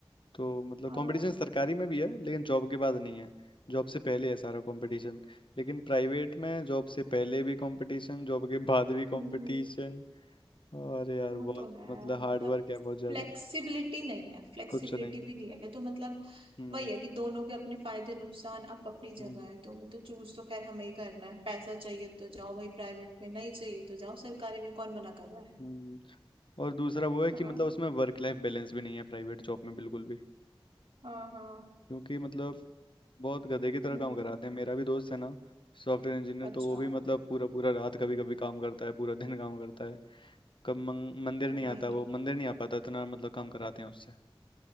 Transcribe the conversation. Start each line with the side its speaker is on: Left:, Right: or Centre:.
Left: तो मतलब
Right: हाँ
Left: कंपटीशन सरकारी में भी है लेकिन जॉब के बाद नहीं है जॉब से पहले है सारा कंपटीशन लेकिन प्राइवेट में जॉब से पहले भी कंपटीशन जॉब के बाद भी कंपटीशन
Right: हम्म हम्म।
Left: और यार
Right: वो
Left: बहुत
Right: तो है
Left: मतलब हार्ड
Right: मतलब
Left: वर्क है बहुत ज्यादा
Right: फ्लेक्सिबिलिटी नहीं है फ्लेक्सिबिलिटी
Left: कुछ नहीं
Right: भी
Left: है
Right: नहीं है तो मतलब
Left: हम्म
Right: वही है कि दोनों के अपने फायदे नुकसान अप अपनी
Left: हम्म
Right: जगह है तो वो तो चूज तो खैर हमें ही करना है पैसा चाहिए तो जाओ भाई प्राइवेट में नहीं चाहिए तो जाओ सरकारी में कौन मना कर रहा है
Left: हम्म और दूसरा वो है कि
Right: हाँ
Left: मतलब उसमें वर्क लाइफ बैलेंस भी नहीं है प्राइवेट जॉब में बिल्कुल भी
Right: हाँ हाँ
Left: क्योंकि मतलब बहुत गधे की तरह
Right: हम्म
Left: काम कराते हैं मेरा भी दोस्त है ना सॉफ्टवेयर इंजीनियर
Right: अच्छा
Left: तो वो भी मतलब पूरा पूरा रात कभी कभी काम करता है पूरा दिन काम करता है कब मंग- मंदिर
Right: तो
Left: नहीं
Right: भाई
Left: आता वो मंदिर नहीं आ पाता इतना मतलब काम कराते हैं उससे